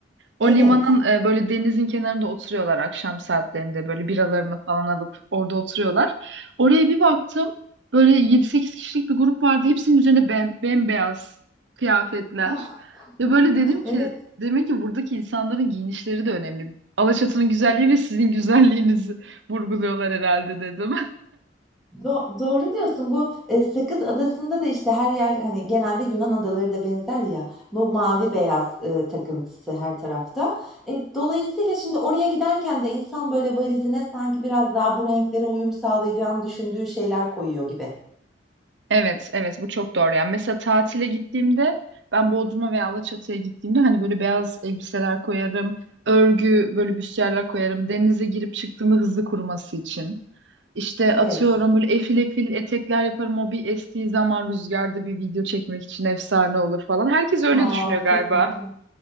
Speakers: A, on the right; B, in the centre.
A: O
B: Evet.
A: limanın e, böyle denizin kenarında oturuyorlar akşam saatlerinde böyle biralarını falan alıp orada oturuyorlar. Oraya bir baktım böyle yedi sekiz kişilik bir grup vardı. Hepsinin üzerine bem bembeyaz kıyafetler.
B: Ah.
A: Ve böyle dedim ki
B: Evet,
A: demek ki buradaki insanların giyinişleri de önemli. Alaçatı'nın güzelliği ve sizin güzelliğinizi <laughs> vurguluyorlar herhalde dedim.
B: do doğru diyorsun. Bu e, Sakız Adası'nda da işte her yer hani genelde Yunan adaları da benzer ya. Bu mavi beyaz e, takıntısı her tarafta. E, dolayısıyla şimdi oraya giderken de insan böyle valizine sanki biraz daha bu renklere uyum sağlayacağını düşündüğü şeyler koyuyor gibi.
A: Evet, evet bu çok doğru. Yani mesela tatile gittiğimde ben Bodrum'a veya Alaçatı'ya gittiğimde hani böyle beyaz elbiseler koyarım, örgü böyle büstiyerler koyarım. Denize girip çıktığımda hızlı kuruması için. İşte
B: Evet.
A: atıyorum böyle efil efil etekler yaparım. O bir estiği zaman rüzgarda bir video çekmek için efsane olur falan. Herkes öyle
B: Aa,
A: düşünüyor galiba.
B: kesinlikle.